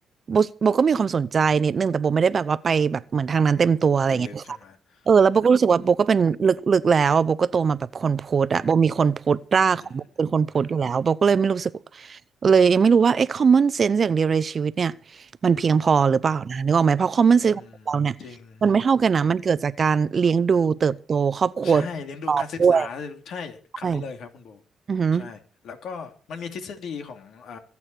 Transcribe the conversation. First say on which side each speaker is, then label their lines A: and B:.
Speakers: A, on the right (about 40°); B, on the left (about 70°).
A: โบโบก็มีความสนใจนิดนึงแต่โบไม่ได้แบบว่าไปแบบเหมือนทางนั้นเต็มตัวอะไรอย่างเงี้ยค่ะเออแล้วโบก็รู้สึกว่าโบก็เป็นลึกๆแล้วอะโบก็โตมาแบบคนพุทธอะโบมีคนพุทธรากของโบเป็นคนพุทธอยู่แล้วโบก็เลยไม่รู้สึก
B: เป็นลึกใช่ไหมอืมอืมอืม
A: เลยยังไม่รู้ว่าไอ้ common sense อย่างเดียวในชีวิตเนี่ยมันเพียงพอหรือเปล่านะนึกออกไหมเพราะ common
B: อืม
A: sense ของเราเนี่ยมันไม่เท่ากันนะมันเกิดจากการเลี้ยงดูเติบโตครอบครัว
B: จริง ใช่เลี้ยงดูการศึกษา
A: กรอบด้วย
B: ใช่คำนี้เลยครับคุณโบ
A: ใช่อือหือ
B: ใช่แล้วก็มันมีทฤษฎีของเอ่อ